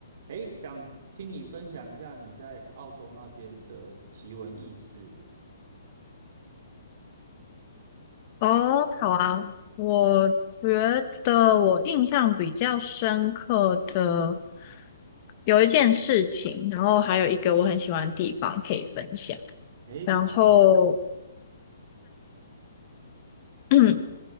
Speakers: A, on the right; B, on the left.
A: 诶，想听你分享一下你在澳洲那边的奇闻异事。
B: 哦，好啊，我觉得我印象比较深刻的有一件事情，然后还有一个我很喜欢的地方可以分享。
A: 诶，
B: 然后
A: 好啊。
B: <clears throat>